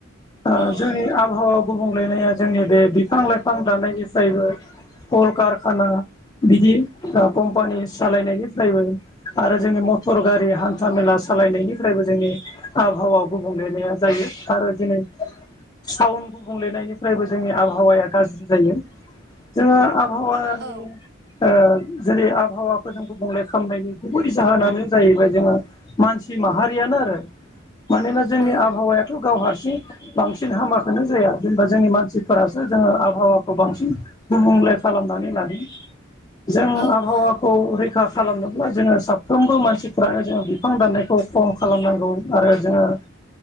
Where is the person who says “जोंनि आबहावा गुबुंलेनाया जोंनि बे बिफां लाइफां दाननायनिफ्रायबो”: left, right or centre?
Left